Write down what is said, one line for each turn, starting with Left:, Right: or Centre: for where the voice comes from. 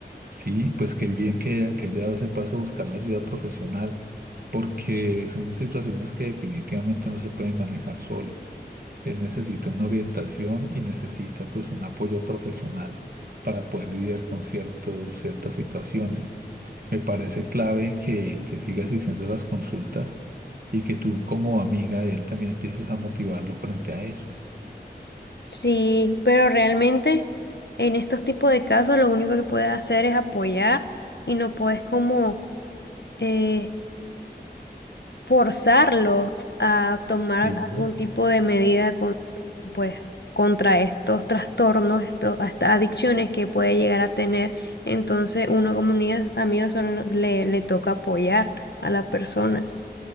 Right: Sí, pues qué bien que, que haya dado ese paso a buscar la ayuda profesional, porque son situaciones que definitivamente no se pueden manejar solo. Él necesita una orientación y necesita pues un apoyo profesional para poder lidiar con ciertos, ciertas situaciones. Me parece clave que, que sigas haciendo las consultas y que tú como amiga de él también empieces a motivarlo frente a eso.
Left: Sí, pero realmente en estos tipos de casos lo único que puedes hacer es apoyar y no puedes como eh, forzarlo a tomar
Right: Sí.
Left: algún tipo de medida con, pues, contra estos trastornos, estos, a estas adicciones que puede llegar a tener. Entonces, uno como amiga, amigo solo le, le toca apoyar a la persona.